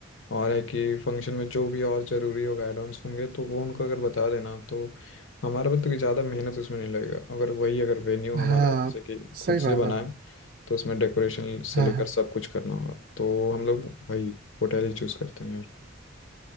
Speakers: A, on the left; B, on the right.
A: और है कि फंक्शन में जो भी और ज़रूरी होगा एड ऑन्स होंगे तो वो उनको अगर बता देना तो हमारा मतलब कि ज़्यादा मेहनत उसमें नहीं लगेगा अगर वही अगर वेन्यू हमारा
B: हाँ
A: जैसे कि
B: सही
A: खुद से
B: बात
A: बनाए
B: है
A: तो उसमें डेकोरेशन से
B: हाँ
A: लेकर
B: हाँ
A: सब कुछ करना होगा तो हम लोग भाई होटल ही चूज करते हैं यार